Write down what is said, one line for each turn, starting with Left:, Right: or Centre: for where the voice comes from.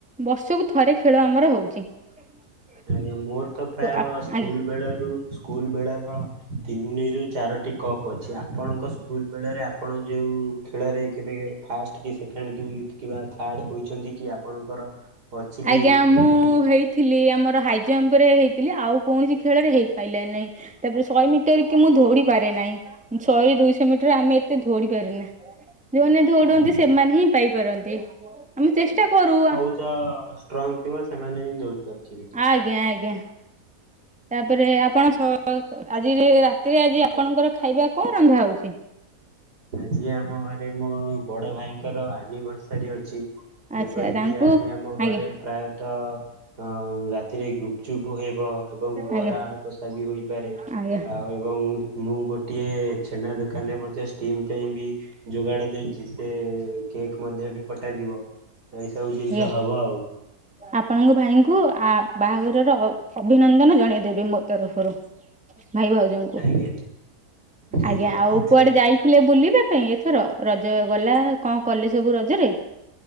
Centre: ବର୍ଷୁକୁ ଥରେ ଖେଳ ଆମର ହଉଚି। <inaudible>
Right: ଆଜ୍ଞା ମୋର ତ ପ୍ରାୟ
Centre: ଆପ
Right: ସ୍କୁଲ
Centre: ଆଜ୍ଞା
Right: ବେଳରୁ ସ୍କୁଲ ବେଳର ତିନିରୁ ଚାର ଟି କପ୍ ଅଛି ଆପଣଙ୍କ ସ୍କୁଲ ବେଳେରେ ଆପଣ ଯେଉ ଖେଳରେ କେବେ ଫାଷ୍ଟ୍ ଟ କି ସେକେଣ୍ଡ କି କିବା ଥାର୍ଡ ହୋଇଛନ୍ତି କି ଆପଣଙ୍କର ଅଛି
Centre: ଆଜ୍ଞା
Right: କି
Centre: ମୁଁ
Right: କିଛି
Centre: ହେଇଥିଲି ଆମର ହାଇ ଜମ୍ପରେ ହେଇଥିଲି ଆଉ କୋଣିସି ଖେଳେରେ ହେଇ ପାଇଲା ନାଇଁ ତାପରେ ଶଏ ମିଟର କି ମୁଁ ଧୌଡି ପାରେ ନାଇଁ ଉଁ ଛଏ ଦୁଇଶ ମିଟର ଆମେ ଏତେ ଧୌଡି ପାରୁନା। ଯୋଉମାନେ ଧୌଡନ୍ତି
Right: ଆଜ୍ଞା।
Centre: ସେମାନେ ହିଁ ପାଇପାରନ୍ତି ଆମେ ଚେଷ୍ଟା କରୁ ଆ
Right: ଚ ଷ୍ଟ୍ରଙ୍ଗ୍ ଥିବ ସେମାନେ ହିଁ ଧୌଡି ପାରୁଥିବେ।
Centre: ଆଜ୍ଞା ଆଜ୍ଞା। ତାପରେ ଆପଣ ସ କ ଆଜି ରାତିରେ ଆଜି ଆପଣଙ୍କର ଖାଇବା କଁ ରନ୍ଧା ହଉଚି?
Right: ଆଜି ଆମ ଘରେ ମୋ ବଡ ଭାଇଙ୍କର ଆନିଭରସାରୀ ଅଛି।
Centre: ଆଚ୍ଛା
Right: ଯେପରିକି
Centre: ତାଙ୍କୁ
Right: ଆଜି ଆମ ଘରେ
Centre: ଆଜ୍ଞା
Right: ପ୍ରାୟତଃ ଅଁ ଉଁ ରା ତିରେ ଗୁପଚୁପୁ ହେବ ଏବଂ ବରା
Centre: ଆଜ୍ଞା
Right: ଆଳୁ କଷା ବି ହୋଇପାରେ।
Centre: ଆଜ୍ଞା ଆଜ୍ଞା
Right: ଆଉ ଏବଂ ମୁଁ ଗୋଟିଏ ଛେନା ଦୋକାନରେ ମଧ୍ୟ ଷ୍ ଟିମ୍ ପାଇଁ ବି ଯୋଗାଡ ଦେଇଚି ସେ କେକ୍ ମଧ୍ୟ ବି ପଟାଯିବ। ଏଇ ସବୁ ଜିନିଷ
Centre: ଆଜ୍ଞା
Right: ହବ ଆଉ।
Centre: ଆପଣଙ୍କ ଭାଇଙ୍କୁ ଆ ବାହାଘରର ଅ ଅଭିନନ୍ଦନ ଜଣେଇ ଦେବେ ମୋ ତରଫରୁ ଭାଇ ଭାଉଜଙ୍କୁ
Right: ଆଜ୍ଞା ଠିକ
Centre: ଆଜ୍ଞା ଆଉ
Right: ଅଛି
Centre: କୁଆଡେ ଯାଇ ଥିଲେ ବୁଲିବା ପାଇଁ ଏଥର ରଜ ଗଲା କଁ କଲେ ସବୁ ରଜେରେ?